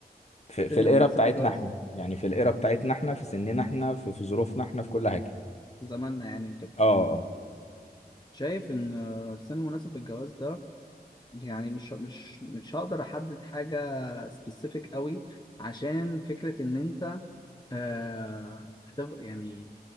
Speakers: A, on the left (about 40°); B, on the left (about 25°).
A: في,
B: سن
A: في الايرا
B: مناسب
A: بتاعتنا
B: للجواز
A: احنا يعني في الايرا بتاعتنا احنا في سننا احنا في, في ظروفنا احنا في كل حاجه
B: في زماننا يعني وكده
A: اه اه
B: شايف ان آه، سن مناسب للجواز ده يعني مش مش مش هقدر احدد حاجه سبيسيفيك قوي عشان فكرة إن أنت آه طب يعني